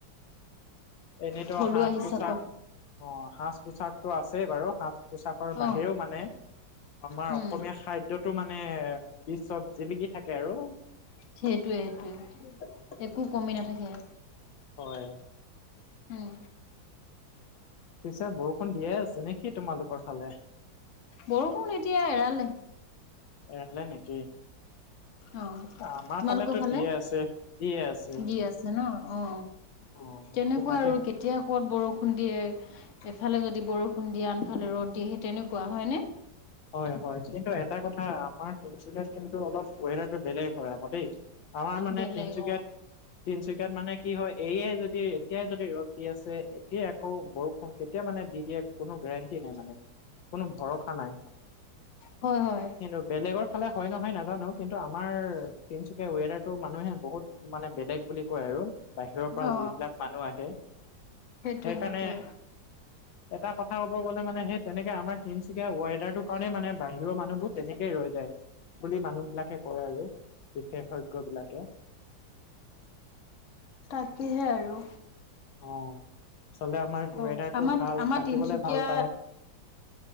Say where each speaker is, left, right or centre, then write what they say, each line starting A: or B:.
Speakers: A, on the left; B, on the left.
A: এনেইতো
B: থলুৱা
A: সাজ
B: হিচাপত
A: পোছাক অ সাজ পোছাকতো আছেই বাৰু সাজ পোছাকৰ
B: অ',
A: বাহিৰেও মানে আমাৰ
B: উম,
A: অসমীয়া খাদ্যটো মানে বিশ্বত জিলিকি থাকে আৰু
B: সেইটোৱে সেইটোৱে একো কমি নাথাকে
A: হয়
B: উম
A: পিছে বৰষুণ দিয়ে আছে নেকি তোমালোকৰ ফালে
B: বৰষুণ এতিয়া এৰালে
A: এৰালে নেকি
B: অ
A: আমাৰ
B: তোমালোকৰ
A: ফালেতো
B: ফালে
A: দিয়ে আছে দিয়ে আছে
B: দি আছে ন অ
A: অ
B: তেনেকুৱা
A: তাকে
B: আৰু কেতিয়া ক'ত বৰষুণ দিয়ে এফালে যদি বৰষুণ দিয়ে আনফালে ৰ'দ দিয়ে সেই তেনেকুৱা হয়নে
A: হয় হয় কিন্তু এটা কথা আমাৰ তিনিচুকীয়াত কিন্তু অলপ ওৱেডাৰটো বেলেগ হয় আকৌ দেই আমাৰ মানে
B: বেলেগ
A: তিনিচুকীয়াত
B: অ
A: তিনিচুকীয়াত মানে কি হয় এয়াই যদি এতিয়াই যদি ৰ'দ দি আছে এতিয়াই আকৌ বৰষুণ কেতিয়া মানে দি দিয়ে কোনো গেৰেণ্টি নাই মানে কোনো ভৰসা নাই
B: হয় হয়
A: কিন্তু বেলেগৰ ফালে হয় নহয় নাজানো কিন্তু আমাৰ তিনিচুকীয়াৰ ৱেডাৰটো মানুহে বহুত মানে বেলেগ বুলি কয় আৰু বাহিৰৰ পৰা
B: অ
A: যিবিলাক মানুহ আহে সেইকাৰণে
B: সেইটোৱে সেইটোৱে
A: এটা কথা ক'ব গ'লে মানে সেই তেনেকে আমাৰ তিনিচুকীয়াৰ ৱেডাৰটো কাৰণে মানে বাহিৰৰ মানুহবোৰ তেনেকে ৰৈ যায় বুলি মানুহ বিলাকে কয় আৰু বিশেষজ্ঞ বিলাকে
B: তাকেহে আৰু
A: অহ আচলতে আমাৰ
B: অ
A: ৱেডাৰটো
B: আমাৰ
A: ভাল
B: আমাৰ
A: থাকিবলে
B: তিনচুকীয়া
A: ভাল পায়